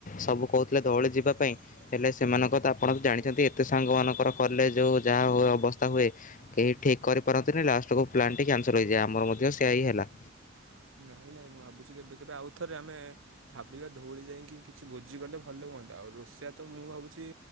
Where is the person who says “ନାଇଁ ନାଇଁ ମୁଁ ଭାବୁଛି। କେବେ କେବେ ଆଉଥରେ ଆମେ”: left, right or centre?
Right